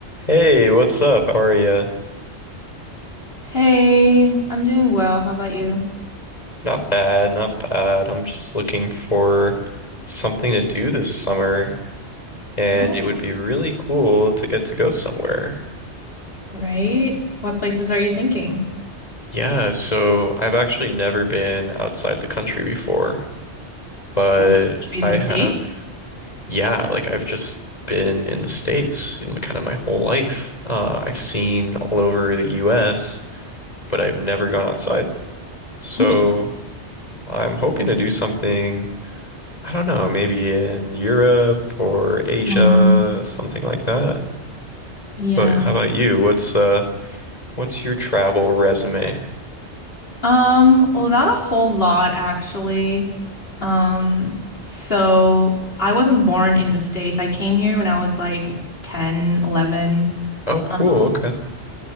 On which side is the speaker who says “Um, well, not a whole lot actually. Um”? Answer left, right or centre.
Left